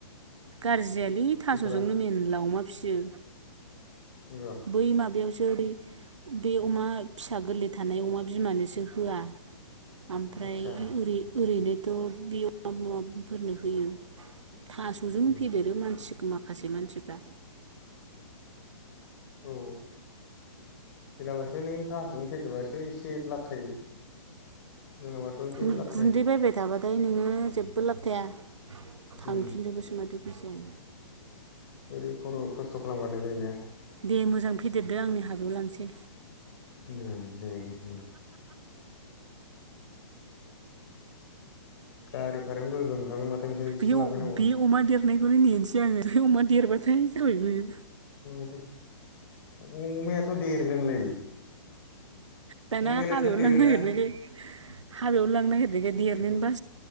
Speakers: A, on the right (about 75°); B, on the left (about 50°).
A: गाज्रि जायालै थास'जोंनो
B: बेदरा
A: मेनला अमा फियो।
B: नंगौ
A: बै माबायाव स जेरै बे अमा फिसा गोरलै थानाय अमा बिमानोसो होआ। ओमफ्राय
B: आदसा
A: ओरै ओरैनोथ' बि अमा माबाफोरनो होयो। थास'जों
B: उम
A: फेदेरो मानसि माखासे मानसिफ्रा।
B: औ हेलाबासो नों थस'जों फेदेरबासो एसे लाब थायो। नङाबाथ' जेबो
A: उ
B: लाब
A: गुन्दै
B: थाया
A: बायबाय थाबा फाय नोङो जेबो लाब थाया। थांफिनजोबोसो
B: उम
A: माथो। बिसेन
B: ओरै खर' खस्थ' खालामगारनाय जायो ना?
A: दे मोजां फेदेरदो आंनि हाबायाव लांसै
B: नै नै नै गारि भार गोगोम थांगोन माथो नोंसोर बिसिम
A: आयौ
B: लांफैनांगौआ
A: बे अमा देरनायखौनो नेनोसै आरो अमा देरबाथाय <unintelligible>
B: <unintelligible> अमायाथ देरगोनलै
A: दाना
B: अमायालाय
A: हाबायाव
B: थाब देरोना
A: लांनो नागिरनायखाय हाबायाव लांनो नागिरनायखाय देरनो बा